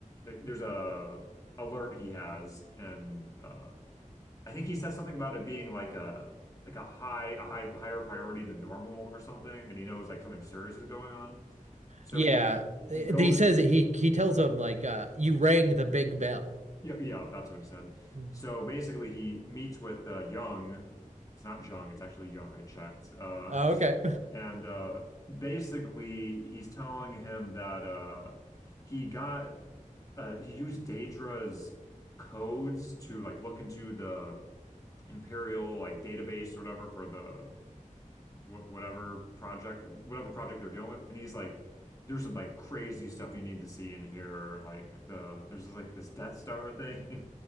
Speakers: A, on the left; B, on the right.
A: th there's a alert he has, and uh I think he says something about it being like a like a high a high higher priority than normal or something, and he knows like something serious is going on. So
B: Yeah,
A: he
B: eh,
A: he goes
B: he says
A: he
B: that he he tells him like uh, you rang the big bell.
A: Yeah, yeah, that's what he said.
B: Mhm.
A: So basically, he meets with uh, Young. It's not Jung, it's actually Young. I checked. Uh,
B: Oh, okay.
A: and uh, basically, he's telling him that uh, he got uh, he used Daedra's codes to like look into the Imperial like database or whatever for the wh whatever project whatever project they're dealing with and he's like there's some like crazy stuff you need to see in here like the there's like this Death Star thing <laughs>